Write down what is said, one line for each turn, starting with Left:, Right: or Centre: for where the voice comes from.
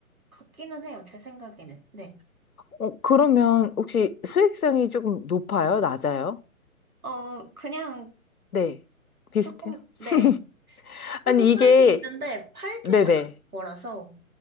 Right: 같기는 해요, 제 생각에는. 네.
Left: 어, 그러면 혹시 수익성이 조금 높아요? 낮아요?
Right: 어, 그냥
Left: 네. 비슷해요?
Right: 조금,
Left: <laughs>
Right: 네. 조금
Left: 아니,
Right: 수익이
Left: 이게,
Right: 있는데 팔지는
Left: 네네.
Right: 않을 거라서